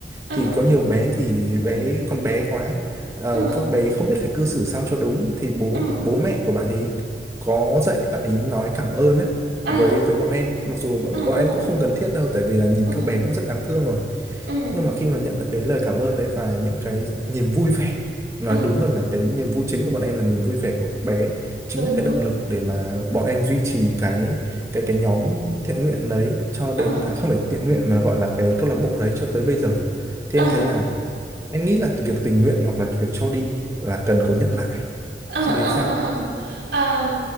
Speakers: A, on the right; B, on the right.
A: ờ,
B: thì có nhiều bé thì bé con bé quá ờ,
A: ờ, ờ,
B: các bé không biết phải cư xử sao cho đúng thì bố
A: ờ,
B: bố mẹ của bạn ấy có dạy bạn ấy nói cảm ơn á
A: ờ,
B: với với bọn em mặc dù bọn,
A: ờ,
B: bọn
A: ờ, ờ,
B: em cũng không cần thiết đâu tại vì là nhìn
A: ờ,
B: các bé cũng rất đáng thương rồi
A: ờ,
B: nhưng mà khi mà nhận được cái lời cảm ơn đấy và những cái niềm vui vẻ nói
A: ờ,
B: đúng hơn là cái niềm vui chính của bọn em là niềm vui vẻ của các bé chính
A: đúng
B: là cái
A: rồi,
B: động lực để mà bọn em duy trì cái cái cái nhóm thiện nguyện đấy cho đến
A: ờ,
B: à, không phải thiện nguyện mà gọi là cái câu lạc bộ đấy cho tới bây giờ thì
A: ờ.
B: em thấy là em nghĩ là việc tình nguyện hoặc là việc cho đi là cần có nhận lại
A: Ờ,
B: chị
A: ờ,
B: thấy sao
A: ờ, ờ. Ờm,